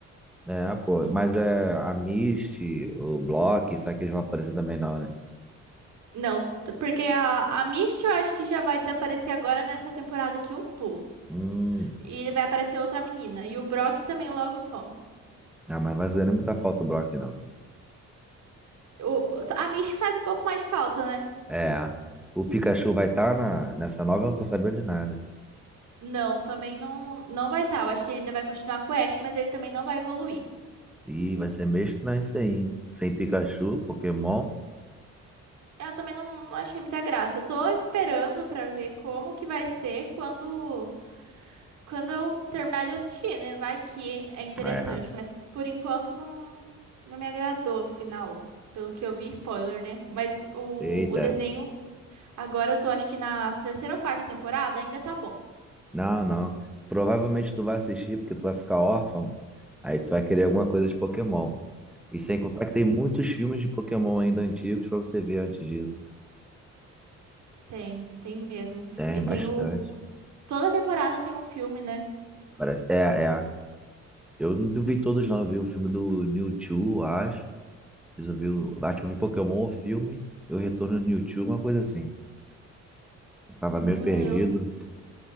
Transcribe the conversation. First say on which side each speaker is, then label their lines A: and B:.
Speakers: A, in the centre; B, on the right.
A: É, pô. Mas é a Misty, o Brock, será que eles vão aparecer também não, né?
B: Não, t- porque a, a Misty eu acho que já vai desaparecer agora nessa temporada que eu tô.
A: Hum.
B: E vai aparecer outra menina. E o Brock também logo some.
A: Ah, mas vai fazer nem muita falta o Brock, não.
B: O, a Misty faz um pouco mais de falta, né?
A: É. O Pikachu vai estar na, nessa nova, eu não tô sabendo de nada.
B: Não, também não, não vai estar. Eu acho que ele ainda vai continuar com o Ash, mas ele também não vai evoluir.
A: Ih, vai ser meio estranho isso aí, hein? Sem Pikachu, Pokémon.
B: Eu também não, não achei muita graça. Eu tô esperando pra ver como que vai ser quando. Quando eu terminar de assistir, né? Vai que é interessante,
A: É.
B: mas por enquanto não, não me agradou o final. Pelo que eu vi, spoiler, né? Mas o,
A: Eita.
B: o desenho, agora eu tô acho que na terceira ou quarta temporada, ainda tá bom.
A: Não, não. Provavelmente tu vai assistir porque tu vai ficar órfão. Aí tu vai querer alguma coisa de Pokémon. E sem contar que tem muitos filmes de Pokémon ainda antigos pra você ver antes disso.
B: Tem, tem mesmo.
A: Tem
B: E tem
A: bastante.
B: o. Toda temporada tem um filme, né?
A: Parece. É, é. Eu não vi todos, não. Eu vi o filme do Mewtwo, acho. Fiz eu vi o- Acho que eu vi Pokémon, o filme, e o Retorno do Mewtwo, uma coisa assim. Eu tava
B: Hum,
A: meio perdido.
B: eu,